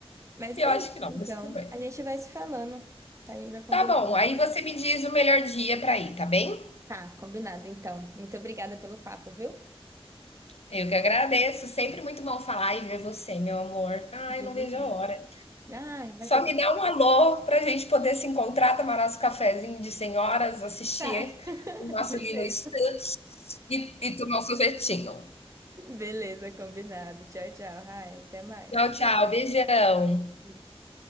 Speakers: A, on the right; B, on the left.
A: Mas
B: Eu
A: beleza,
B: acho que não,
A: então.
B: mas tudo bem.
A: A gente vai se falando, tá? A gente vai combinando.
B: Tá bom, aí você me diz o melhor dia pra ir, tá bem?
A: Tá, combinado, então. Muito obrigada pelo papo, viu?
B: Eu que agradeço. Sempre muito bom falar e ver você, meu amor. Ai,
A: Digo
B: não vejo
A: mesmo.
B: a hora.
A: Ai, vai
B: Só
A: ser sempre.
B: me dá um alô para a gente poder se encontrar, tomar nosso cafezinho de senhoras, assistir
A: Tá. <laughs>
B: o nosso Lino
A: Beleza.
B: Stutz e, e tomar um sorvetinho.
A: Beleza, combinado. Tchau, tchau. Ai, até mais.
B: Tchau, tchau. Beijão.
A: Beijo.